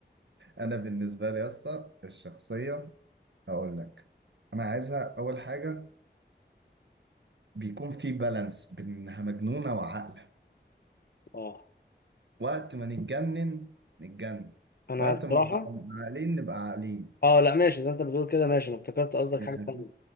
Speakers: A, on the right (about 80°); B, on the left (about 60°).
A: انا بالنسبة لي اصلا الشخصية هقول لك انا عايزها اول حاجة بيكون في بالانس بين انها مجنونة وعاقلة
B: اه
A: وقت ما نتجنن نتجنن
B: انا
A: وقت
B: بصراحه
A: ما نبقى عاقلين نبقى عاقلين
B: اه لا ماشي زي ما انت بتقول كده ماشي انا افتكرت قصدك
A: يعني
B: حاجه تانية